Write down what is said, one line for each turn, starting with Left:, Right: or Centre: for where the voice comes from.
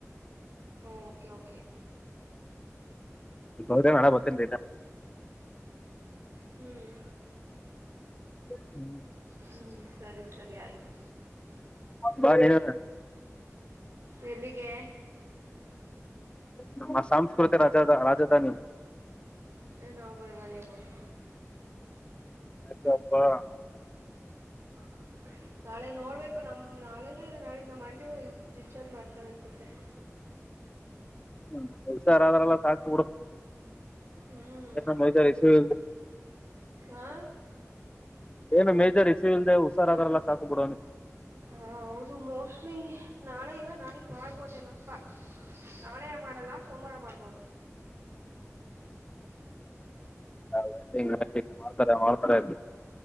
Right: ಓಕೆ ಕೆ
Left: ಗೌ ನಡ ಬತ್ತನ್ ರತಾ
Right: ಹ್ಮ್
Left: ಹ್ಮ್
Right: ಹ್ಮ್ ಸರಿ ಸರಿ ಆಯ್ತು
Left: ಬಾ ನೀನುವೇ
Right: ಎಲ್ಲಿಗೆ
Left: ನಮ್ಮ ಸಾಂಸ್ಕೃತಿ ರಾಜ ರಾಜಧಾನಿ
Right: ಹ ನಾವು ಬರಲ್ಲ ನೀ ಹೋಗಿ
Left: ಅ ಅಪ್ಪಾ
Right: ಹ್ಮ ನಾಳೆ ನೋಡ್ಬೇಕು ನಮ್ಮ ನಾಳೆನ ಇಲ್ಲ ನಾಳೆ ನಮ್ಮ ಅಂಟಿೂ ಡಿಸ್ಚಾರ್ಜ್ ಮಾಡ್ತಾರೆ ಅನ್ಸುತ್ತೆ ಹಾ
Left: ಹ್ಮ ಹುಷಾರಾದ್ರಲ್ಲ ಸಾಕು ಬಿಡು
Right: ಹ್ಮ್
Left: ಏನ ಮ್ದಾರೆ ಸಿಲ್
Right: ಆ
Left: ಏನು ಮೇಜರ್ ಇಸೂ ಇಲ್ದೆ ಹುಷಾರಾಗಲ್ಲ ಸಾಕು ಬಿಡೋವನಿ
Right: ಹಾ ಹೌದು ಮೋಸ್ಟ್ಲಿ ನಾಳೆ ಇಲ್ಲ ನಾಳಿದ್ದ ಮಾಡ್ಬೋದೇನಪ್ಪಾ ನಾಳೆ ಮಾಡಲ್ಲ ಸೋಮವಾರ ಮಾಡ್ಬೋದು
Left: ವಟಿಂಗ್ ವಿಂಗ್ ಮಾಡ್ತಾರೆ ಮಾಡ್ತಾರೆ